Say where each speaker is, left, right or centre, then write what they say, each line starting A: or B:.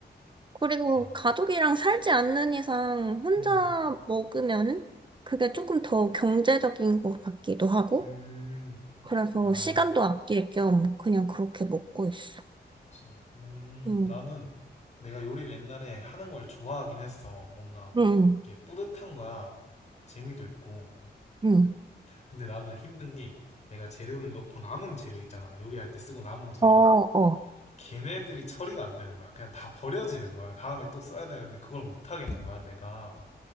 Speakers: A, on the right; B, on the left.
A: 그리고
B: 아,
A: 가족이랑 살지 않는 이상 혼자
B: 음,
A: 먹으면 그게 조금 더 경제적인 것 같기도 하고,
B: 음.
A: 그래서
B: 아,
A: 시간도 아낄 겸 그냥 그렇게 먹고 있어.
B: 그치. 음,
A: 응,
B: 나는 내가 요리를 옛날에 하는 걸 좋아하긴 했어. 뭔가
A: 응,
B: 이게 뿌듯한 거야. 재미도 있고.
A: 응.
B: 근데 나는 힘든 게 내가 재료를 넣고 남은 재료 있잖아. 요리할 때 쓰고 남은 재료.
A: 어, 어.
B: 걔네들이 처리가 안 되는 거야. 그냥 다 버려지는 거야. 다음에 또 써야 되는데 그걸 못 하겠는 거야, 내가.